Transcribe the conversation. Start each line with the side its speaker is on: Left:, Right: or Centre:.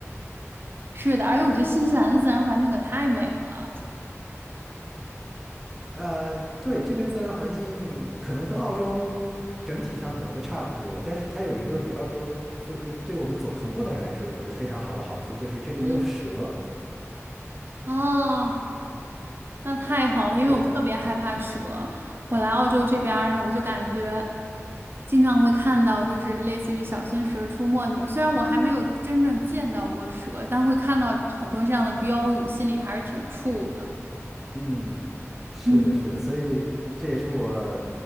Right: 是的，而且我觉得新西兰的自然环境可太美了。
Centre: 呃，对，这边自然环境可能跟澳洲整体上可能会差不多，但是它有一个比澳洲做有对我们走徒步的人来说有一个非常好的好处，就是这里没有蛇。
Right: 嗯。哦，那太好了，因为我特别害怕蛇。
Centre: 对，
Right: 我来澳洲这边儿呢，我就感觉经常会看到，就是类似于小心蛇出没那种。虽然我还没有真正见到过蛇，但会看到很多这样的标语，心里还是挺怵的。
Centre: 嗯，是的，
Right: 嗯，
Centre: 是的，所以这也是我